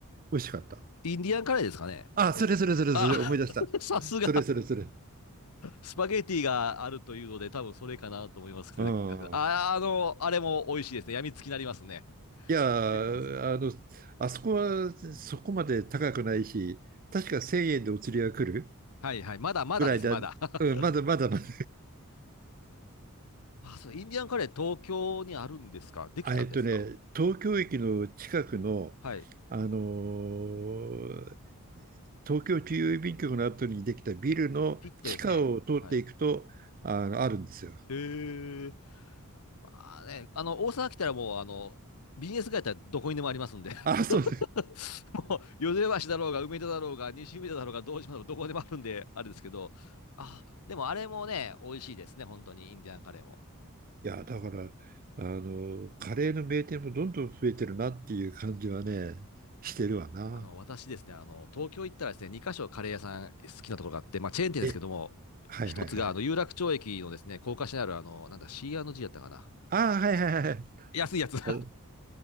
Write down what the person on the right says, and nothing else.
美味しかった。
あ、それそれそれそれ、
思い出した。
それそれそれ。
うん。
いや、
あの、あそこはそこまで高くないし、確か1000円でお釣りが来る
ぐらいだ。
うん、まだまだまだ。
あえっとね、東京駅の近くの、
あのー東京中央郵便局の後にできたビルの地下を通っていくと、
あの、あるんですよ。
あ、そう
いや、だから、あの、カレーの名店もどんどん増えてるなっていう感じはね、してるわな。
え、はいはいはい。
ああ、はいはいはい。
あ